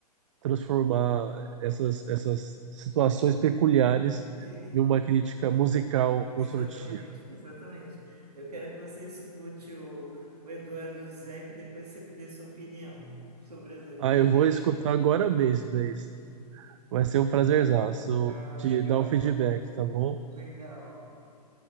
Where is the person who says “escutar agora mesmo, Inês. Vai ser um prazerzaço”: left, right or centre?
Right